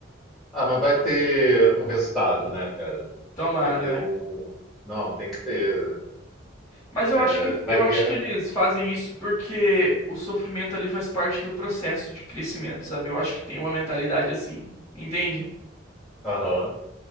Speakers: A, in the centre; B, on the left (about 15°).
A: Ah, mas vai ter um resultado, né, cara?
B: Tomara,
A: Vai ter
B: velho.
A: um. Não, tem que ter.
B: Mas
A: É,
B: eu acho que,
A: é, como
B: eu
A: é que
B: acho
A: é?
B: que eles fazem isso porque o sofrimento ali faz parte do processo de crescimento, sabe? Eu acho que tem uma mentalidade assim, entende?
A: Aham.